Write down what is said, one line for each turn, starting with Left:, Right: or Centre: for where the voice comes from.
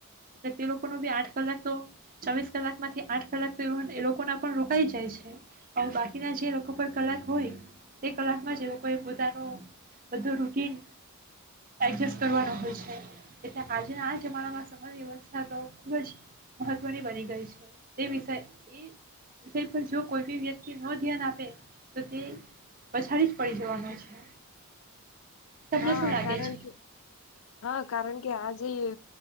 Right: તો તે લોકોનો બી આઠ કલાક તો ચોવીસ કલાકમાંથી આઠ કલાક તો એ એ લોકોના પણ રોકાઈ જાય છે, તો બાકીના જે લોકો પર કલાક હોય એ કલાકમાં જ એ લોકોએ બધા નો બધું રૂટીન એડજસ્ટ કરવાનો હોય છે, એટલે આજના આ જમાનામાં સમય વ્યવસ્થા તો ખૂબ જ મહત્વની બની ગઈ છે, તે વિષય એ વિષય પર જો કોઈ બી વ્યક્તિ ન ધ્યાન આપે તો તે પછડી જ પડી જવાનું છે. તમને
Left: હા
Right: શું લાગે
Left: કારણ
Right: છે
Left: કે હા કારણ કે આજ. જે